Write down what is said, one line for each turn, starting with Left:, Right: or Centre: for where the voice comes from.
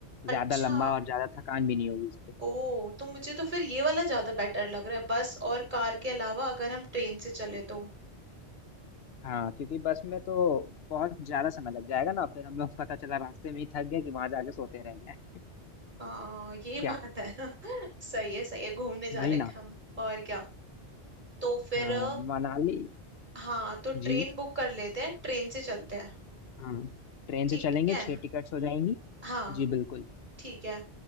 Left: ज्यादा
Right: अच्छा
Left: लंबा और ज्यादा थकान भी नहीं होगी
Right: ओ तो मुझे तो फिर ये वाला ज्यादा बेटर लग रहा है बस और कार के अलावा अगर हम ट्रेन से चले तो
Left: हाँ क्योंकि बस में तो बहुत ज्यादा समय लग जाएगा ना फिर हम लोग पता चला रास्ते में ही थक गए कि वहां जाके सोते रह गए
Right: हाँ ये बात
Left: क्या
Right: है <laughs> सही है सही है घूमने जा
Left: वही
Right: रहे
Left: ना
Right: हैं हम और क्या तो फिर
Left: हाँ
Right: अ,
Left: मनाली
Right: हाँ तो ट्रेन
Left: जी
Right: बुक कर लेते हैं ट्रेन से चलते हैं
Left: हाँ ट्रेन
Right: ठीक
Left: से चलेंगे
Right: है
Left: छह टिकट्स हो जाएंगी
Right: हाँ
Left: जी बिल्कुल
Right: ठीक है